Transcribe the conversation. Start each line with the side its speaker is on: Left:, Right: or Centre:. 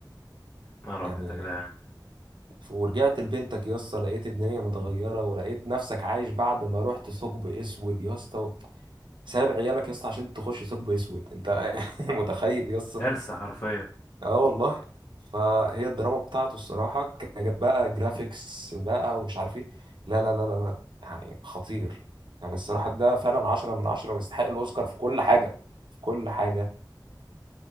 Left: نهار أبيض
Right: يعني
Left: يا جدعان
Right: ف- ورجعت لبنتك يا اسطى لقيت الدنيا متغيره ولقيت نفسك عايش بعد ما رحت ثقب اسود يا اسطى سايب عيالك يا اسطى عشان تخش ثقب اسود انت <laughs> متخيل يا اسطى
Left: كارثة حرفيا
Right: اه والله فهي الدراما بتاعته الصراحه كانت بقى جرافيكس بقى ومش عارف ايه لا لا لا لا لا يعني خطير يعني الصراحه ده فعلا عشرة من عشرة ويستحق الاوسكار في كل حاجه في كل حاجه